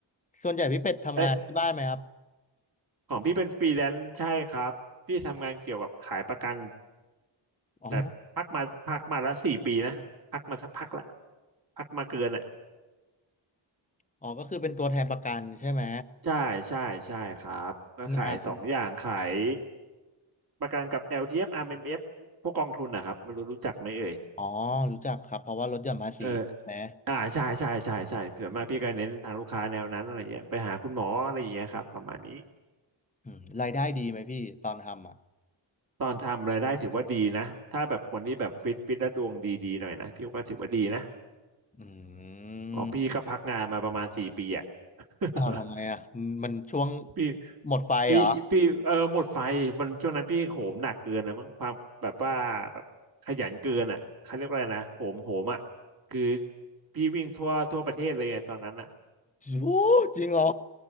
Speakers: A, on the left; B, on the right.
A: ส่วนใหญ่พี่เป็ดทำงานที่บ้านไหมครับ
B: เอ๊ะของพี่เป็นฟรีแลนซ์ใช่ครับ พี่ทำงานเกี่ยวกับขายประกัน
A: อ๋อ
B: แต่พักมาพักมาแล้วสี่ปีนะ พักมาสักพักละพักมาเกิน
A: อ๋อก็คือเป็นตัวแทนประกันใช่ไหม
B: ใช่ใช่ใช่ครับก็ขายสองอย่างขาย
A: งาน
B: ประกันกับ LTF RMF พวกกองทุนนะครับไม่รู้รู้จักไหมเอ่ย
A: อ๋อรู้จักครับเพราะว่าลดหย่อนภาษีใช่ไหม
B: เอออ่าใช่ใช่ใช่ใช่ส่วนมากพี่ก็เน้นทางลูกค้าแนวนั้นอะไรเงี้ยไปหาคุณหมออะไรอย่างเงี้ยครับประมาณนี้
A: อืมรายได้ดีไหมพี่ตอนทำอ่ะ
B: ตอนทำรายได้ถือว่าดีนะถ้าแบบคนที่แบบฟิตฟิตและดวงดีๆหน่อยนะพี่ก็ถือว่าดีนะ
A: อืม
B: อ๋อพี่ก็พักงานมาประมาณสี่ปีอะ <laughs>
A: อ้าวทำไมอ่ะมันช่วง
B: พี
A: หมดไฟเหรอ
B: พีพีเออหมดไฟมันช่วงนั้นพี่โหมหนักเกินนะมั้งความแบบว่าแบบขยันเกินอ่ะเขาเรียกว่าอะไรนะโหมโหมอ่ะคือพี่วิ่งทั่วทั่วประเทศเลยไงตอนนั้นอ่ะ
A: โอ้จริงเหรอ